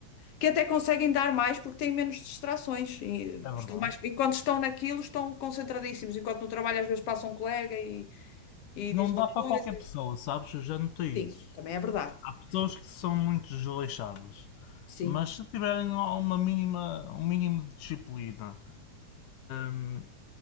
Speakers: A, on the left; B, on the left.
A: que até conseguem dar mais porque têm menos distrações. E
B: é verdade.
A: estão mais, enquanto estão naquilo, estão concentradíssimos, enquanto no trabalho às vezes passa um colega e, e
B: Não
A: diz uma
B: dá para
A: coisa.
B: qualquer pessoa, sabes? Eu já notei
A: Sim,
B: isso.
A: também é verdade.
B: Há pessoas que são muito desleixadas.
A: Sim,
B: Mas se tiverem uma mínima, um mínimo de disciplina hum,